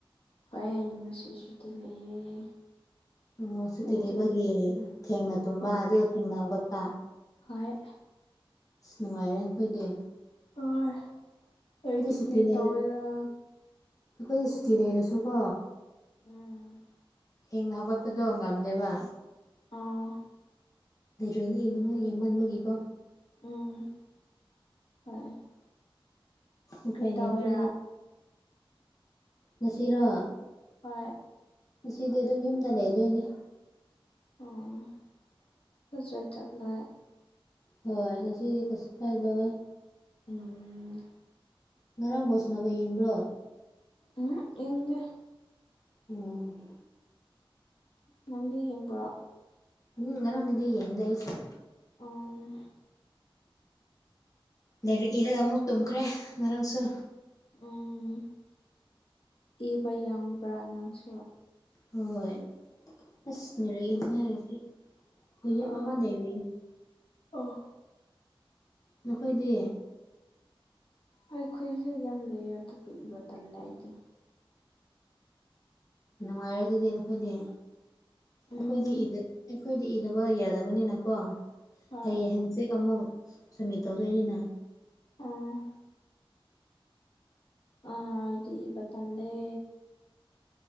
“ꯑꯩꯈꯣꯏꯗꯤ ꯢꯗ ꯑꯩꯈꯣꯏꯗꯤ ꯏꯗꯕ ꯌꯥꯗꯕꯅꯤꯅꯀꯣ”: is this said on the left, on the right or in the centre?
Left